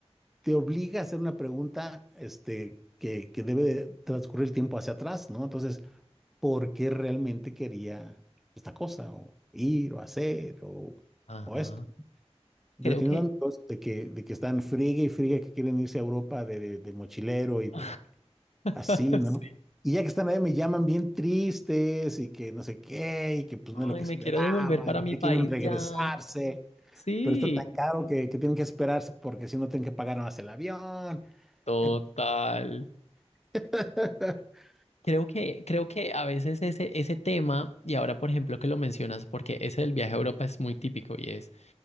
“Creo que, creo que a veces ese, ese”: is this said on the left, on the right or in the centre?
Left